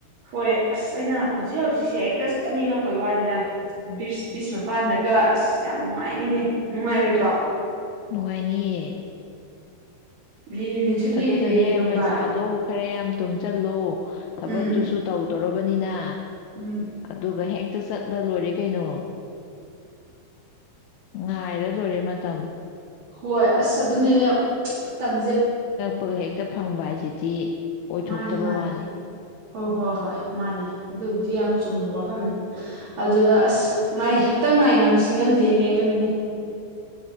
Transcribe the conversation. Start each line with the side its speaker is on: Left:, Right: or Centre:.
Right: ꯍꯣꯏ ꯑꯁ ꯑꯩꯅ ꯍꯧꯖꯤꯛ ꯍꯧꯖꯤꯛꯁꯦ ꯍꯦꯛꯇ ꯆꯠꯅꯤꯡꯉꯛꯄꯩ ꯋꯥꯅꯤꯗ ꯕꯤ꯭ꯔꯤꯁ ꯃꯄꯥꯟꯗꯒ ꯑꯁ ꯌꯥꯝ ꯅꯨꯡꯉꯥꯏꯅꯤꯅꯦ ꯅꯨꯡꯉꯥꯏꯔꯣꯏꯗ꯭ꯔꯣ
Left: ꯅꯨꯡꯉꯥꯏꯅꯤꯌꯦ
Right: ꯂꯤꯔꯤ ꯅꯨꯡꯁꯤꯠ ꯂꯤꯔꯤ
Left: ꯑ ꯑꯗꯨꯅꯅꯦ
Right: ꯂꯤꯔꯤꯒꯨꯝꯕ
Left: ꯄꯩꯁꯥꯗꯣ ꯈꯔ ꯌꯥꯝ ꯇꯨꯡꯁꯤꯜꯂꯣ ꯊꯕꯛ
Right: ꯎꯝ
Left: ꯇꯨ ꯁꯨ ꯇꯥꯎ ꯎ ꯇꯔꯣ ꯕꯅꯤꯅ
Right: ꯎꯝ
Left: ꯑꯗꯨꯒ ꯍꯦꯛꯇ ꯆꯠꯂ ꯂꯣꯏꯔꯦ ꯀꯩꯅꯣ ꯉꯥꯏꯔ ꯂꯣꯏꯔꯦ ꯃꯇꯝ
Right: ꯍꯣꯏ ꯑ ꯑꯗꯨꯅ ꯊꯝ
Left: ꯄ ꯍꯦ ꯍꯦꯛꯇ ꯐꯪꯕ ꯍꯥꯏꯁꯤꯗꯤ ꯑꯣꯏꯊꯣꯛꯇꯕ
Right: ꯃꯥꯅꯦ ꯃꯥꯅꯦ
Left: ꯋꯥꯅꯤ
Right: ꯍꯣꯏ ꯍꯣꯏ ꯍꯣꯏ ꯃꯥꯅꯦ ꯑꯗꯨꯕꯨꯗꯤ ꯌꯥꯝ ꯆꯨꯝꯕ ꯋꯥꯐꯝꯅꯤ ꯑꯗꯨꯗ ꯑꯁ ꯉꯥꯏ ꯍꯦꯛꯇ ꯉꯥꯏ ꯉꯝꯁꯤ ꯉꯝꯗꯦꯅꯦ ꯑꯗꯨꯅꯤꯅꯦ